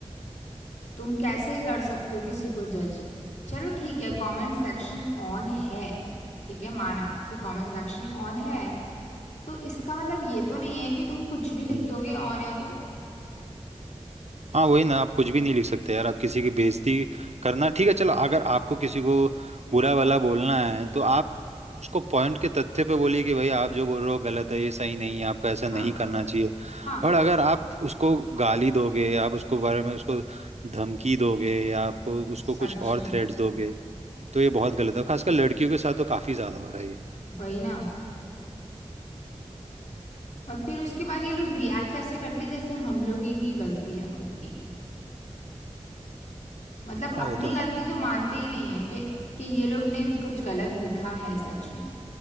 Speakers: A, on the left; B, on the right.
A: तुम कैसे कर सकते हो किसी को जज चलो ठीक है
B: हम्म
A: कमेंट सेक्शन ऑन है ठीक है माना कि कमेंट सेक्शन ऑन है तो इसका मतलब ये तो नहीं है कि तुम कुछ भी लिख
B: हम्म
A: दोगे ऑन है तो
B: हाँ वही ना आप कुछ भी नहीं लिख सकते यार आप किसी की बेइज्जती करना ठीक है चलो अगर आपको किसी को बुरा वाला बोलना है तो आप उसको पॉइंट के तथ्य पे बोलिए कि भाई आप जो बोल रहे हो गलत है ये सही नहीं है आपको ऐसा नहीं
A: हाँ
B: करना चाहिए
A: हाँ
B: और अगर आप उसको गाली दोगे आप उसको बारे में उसको धमकी दोगे या आपको उसको
A: सच
B: कुछ और
A: में
B: थ्रेट्स दोगे तो ये बहुत गलत है खासकर लड़कियों के साथ तो काफी ज्यादा हो रहा है ये
A: वही ना और फिर उसके बाद ये लोग रिएक्ट ऐसे करते जैसे हम लोग ही की गलती है खुद की मतलब
B: हाँ,
A: अपनी
B: वो तो
A: गलती
B: है ना
A: तो मानते ही नहीं है कि कि ये लोग ने भी कुछ गलत लिखा है सच में